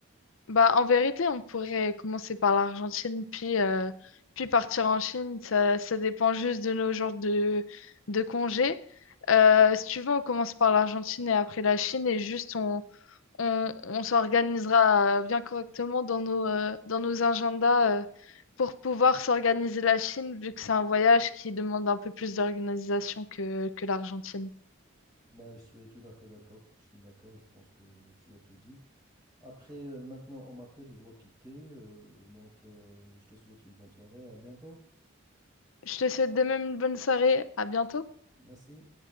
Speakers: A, on the left; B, on the right.
A: Bah, en vérité, on pourrait commencer par l'Argentine, puis, euh, puis partir en Chine. Ça, ça dépend juste de nos jours de, de congé. Euh, si tu veux, on commence par l'Argentine et après la Chine, et juste on, on, on s'organisera euh, bien correctement dans nos, euh, dans nos agendas euh, pour pouvoir s'organiser la Chine, vu que c'est un voyage qui demande un peu plus d'organisation que, que l'Argentine.
B: Bah, je suis tout à fait d'accord. Je suis d'accord, je pense que tu as tout dit. Après, euh, maintenant, on m'appelle, je dois quitter. euh, donc, euh, je te souhaite une bonne soirée. À bientôt.
A: Je te souhaite de même une bonne soirée. À bientôt.
B: Merci.